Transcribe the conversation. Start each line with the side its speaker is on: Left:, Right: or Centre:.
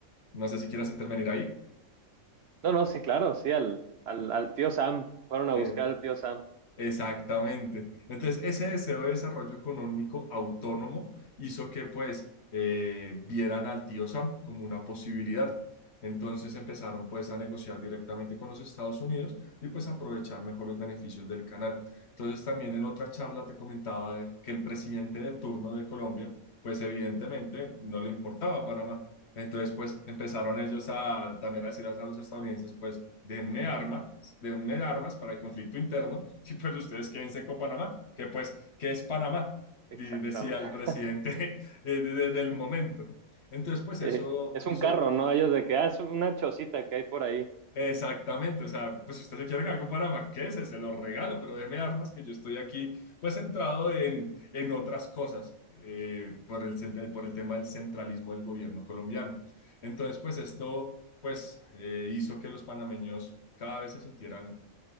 Left: no sé si quieras intervenir ahí.
Right: No, no, sí, claro, sí, al, al, al tío Sam. Fueron a
Left: Eh,
Right: buscar al tío Sam.
Left: Exactamente. Entonces, ese deseo de desarrollo económico autónomo hizo que pues eh, vieran al tío Sam como una posibilidad. Entonces empezaron pues a negociar directamente con los Estados Unidos y pues aprovechar mejor los beneficios del canal. Entonces también en otra charla te comentaba de- que el presidente de turno de Colombia pues evidentemente no le importaba Panamá. Entonces pues empezaron ellos a también a decir a los estadounidenses pues denme armas, denme armas para el conflicto interno <laughs> y pues ustedes quédense con Panamá, que pues, ¿qué es Panamá? Di-
Right: Exactamente.
Left: decía el presidente <laughs> eh, de- desde el momento. Entonces, pues
Right: Sí,
Left: eso
Right: es
Left: hizo
Right: un carro, ¿no? Ellos de que, ah, es una chocita que hay por ahí,
Left: exactamente, o sea, pues si usted se quiere quedar con Panamá, ¿qué se lo regalo, pero déme armas, que yo estoy aquí pues centrado en, en otras cosas, eh, por el, cent- por el tema del centralismo del gobierno colombiano. Entonces, pues esto pues eh, hizo que los panameños cada vez se sintieran